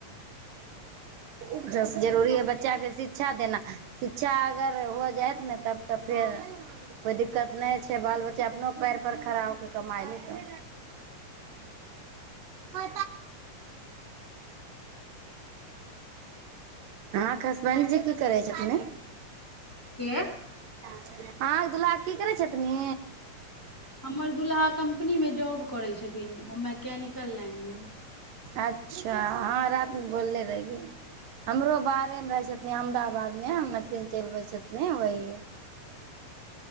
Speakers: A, on the right; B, in the centre.
A: हू ज जरूरी हइ बच्चाके शिक्षा देना शि च्छा अगर हो जाएत ने तब त फेर कोइ दिक्कत नहि छै बाल बच्चा अपनो पैर पर खड़ा हो क कमाइ लेतै हुँ अहाँके हसबैंडजी की करै छथिन
B: के
A: अहाँके दुल्हा की करै छथिनि
B: हम्मर दुल्हा कम्पनी मे जॉब करै छथिन ओ मैकैनिकल लाईन मे
A: अच्छा हँ रात मे बोलले रै हमरो बाहरे मे रहै छथिन अहमदाबाद नहि हमर दिन चलबै छथि ने वही